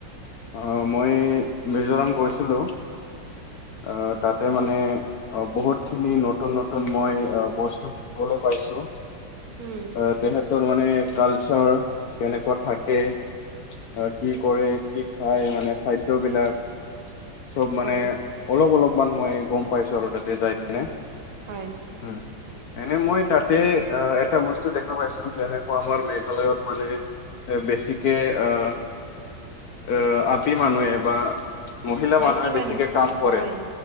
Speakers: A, on the left; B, on the right.
A: অ মই মিজোৰাম গৈছিলো আহ তাতে মানে আ বহুতখিনি নতুন নতুন মই বস্তু শিকিবলৈ পাইছো
B: উম
A: আহ তেহেঁতৰ মানে কালচাৰ কেনেকুৱা থাকে। আহ কি কৰে কি খায় মানে খাদ্যবলাক চব মানে
B: হয়
A: অলপ অলপমান মই গম পাইছো আৰু তাতে যাই কিনে।
B: হয়।
A: উম, এনে মই তাতে অ, এটা বস্তু দেখা পাইছোঁ। যেনেকুৱা মানে এ বেছিকে আহ আহ, আপি মানুহে বা মহিলা
B: মাইকী
A: মানুহে বেছিকে
B: মানুহ
A: কাম কৰে।
B: হয়